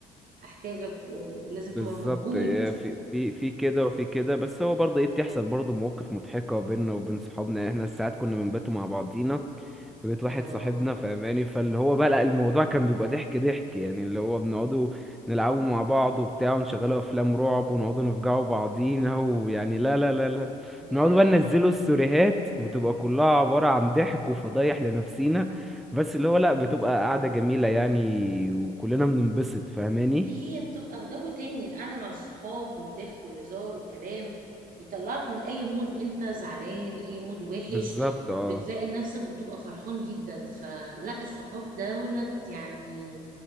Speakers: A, on the right (about 60°); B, in the centre.
A: احتاجك و- ولازم
B: بالظبط
A: تبقى موجود
B: إيه، في في في كده وفي كده بس هو برضه ايه بتحصل برضه مواقف مضحكة بيننا وبين صحابنا يعني احنا ساعات كنا بنباتوا مع بعضينا في بيت واحد
A: اه
B: صاحبنا فاهماني فاللي هو بقى لا الموضوع كان بيبقى ضحك ضحك يعني اللي هو بنقعدوا نلعبوا مع بعض وبتاع ونشغلوا افلام رعب ونقعدوا نفجعوا بعضينا ويعني لا لا لا لا
A: يا
B: نقعدوا
A: لهوي
B: بقى ننزلوا السوريهات بتبقى كلها عبارة عن ضحك وفضايح لنفسينا بس اللي هو لا بتبقى قعدة جميلة يعني وكلنا بننبسط فاهماني
A: هي بتبقى في جو تاني القعده مع الصحاب والضحك والهزار والكلام بيطلعك من اي مود انت زعلان اي مود وحش
B: بالظبط اه
A: بتلاقي نفسك بتبقى فرحان جدا فلا الصحاب دولت يعني